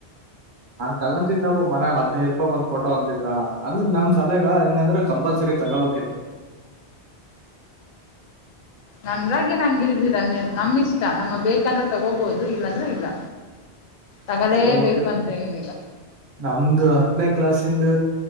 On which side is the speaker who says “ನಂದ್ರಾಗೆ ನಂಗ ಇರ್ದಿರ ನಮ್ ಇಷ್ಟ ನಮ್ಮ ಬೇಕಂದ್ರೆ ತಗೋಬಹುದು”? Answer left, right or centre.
Left